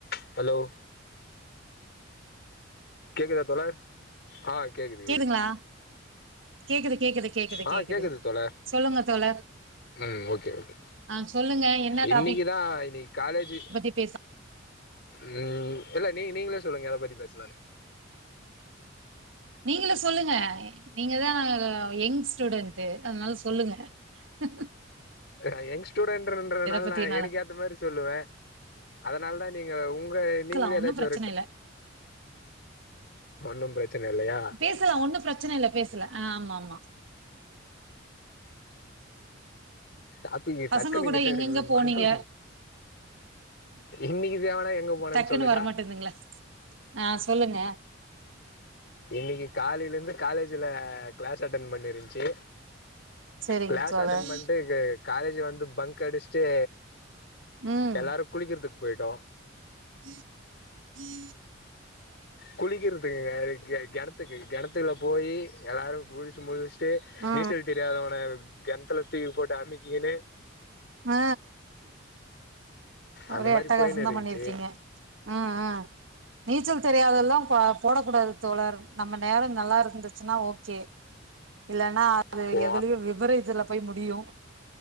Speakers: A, on the left; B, on the right.
A: hello கேக்குதா தல ஆ கேக்குது
B: கேக்குதுங்களா கேக்குது கேக்குது கேக்குது
A: ஆ
B: கேக்குது
A: தோழர்
B: சொல்லுங்க தோழர்
A: ம் ஓகே ஓகே
B: ஆ சொல்லுங்க என்ன
A: இன்னைக்குதா
B: டாபிக்
A: இன்னைக்கி காலேஜு
B: பத்தி பேச
A: ம் இல்ல நீ நீங்களே சொல்லுங்க எத பத்தி பேசலான்னு
B: நீங்களே சொல்லுங்க நீங்கதா யங் ஸ்டூடென்ட் அதனால சொல்லுங்க ஆம் ஹ
A: அ யங் ஸ்டூடெண்டட்ன்றதுனால
B: பத்தினாலு
A: நா எனக்கு ஏத்த மாதிரி சொல்லுவே அதனால தா நீங்க உங்க நீங்களே
B: க்லாம் ஒன்னு
A: ஏதாச்சும்
B: பிரச்சன
A: ஒரு
B: இல்ல
A: ஒன்னும் பிரச்சன இல்லையா
B: பேசலாம் ஒன்னு பிரச்சன இல்ல பேசலா ஆமா ஆமா
A: டாபிக்
B: பசங்க
A: டக்குனு
B: கூட எங்கெங்க போனீங்க
A: மண்டம் இன்னைக்கு தேவனா எங்க போனேன்னு
B: டக்குன்னு
A: சொல்லட்டா
B: வரமாட்டேங்குதுங்களே ஆ சொல்லுங்க
A: இன்னைக்கு காலைலருந்து காலேஜ்ல க்ளாஸ் அட்டன் பண்ணிருந்துச்சு
B: சரிங்க
A: கிளாஸ்
B: தோழர்
A: அட்டன் பண்ட்டு காலேஜ் வந்து பங்க் அடிச்சுட்டு
B: ம்
A: எல்லாரு குளிக்கிறதுக்கு போய்ட்டோ
B: உம்
A: குளிக்கிறதுக்குங்க க கிணத்துக்கு கிணத்துல போயி எல்லாரு குளிச்சு முடிச்சு ட்டு
B: ஆ
A: நீச்சல் தெரியாதவன கிணத்துல தூக்கி போட்டு அமுக்கிகுன்னு
B: ஆ ஒரே
A: அந்த மாரி
B: அட்டக்காசந்
A: போயின்னு இருந்துச்சு
B: தா பண்ணிருக்கீங்க ம் ம் நீச்சல் தெரியாதெல்லா ப போடக்கூடாது தோழர் நம்ம நேரோ நல்லாருந்துச்சுன்னா ஓகே இல்லன்னா அது
A: போ
B: எதுலயு விபரீதத்துல போய் முடியு